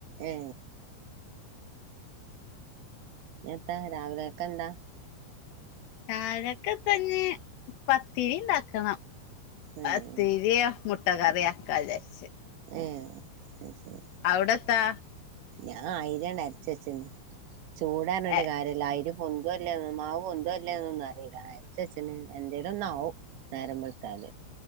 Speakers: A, on the right (about 70°); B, on the left (about 85°).
A: ഏ എത്താ രാവിലേക്ക് ന്താ
B: ചായക്ക് പിന്നെ പത്തിരി ണ്ടാക്കണം
A: ആഹ്
B: പത്തിരിയോ മുട്ട കറി ആക്കാ വിചാരിച്ച്
A: ഏ അത് ശരി
B: അവ്ടെത്താ
A: ഞാൻ ആയിരി അങ്ങട്‌ അരച്ച് വെച്ച്ണ് ചൂടാ പറഞ്ഞിട്ട്
B: ഏ
A: കാര്യല്ല ആയിര പൊന്ത അല്ലേന്ന് മാവ് പൊന്തോ ഇല്ലല്ലേന്നോന്നും അറിയില്ല അരച്ച വെച്ചീന് എന്തെങ്കിലും ഒന്നാവും നേരമ്പെള് താൽ